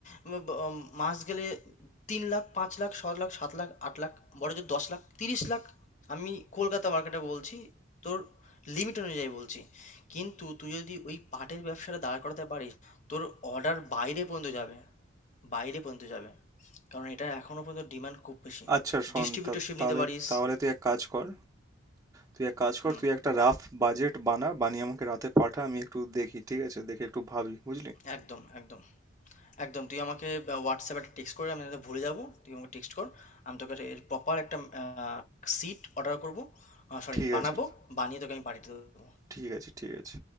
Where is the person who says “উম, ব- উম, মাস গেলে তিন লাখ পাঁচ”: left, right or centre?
Left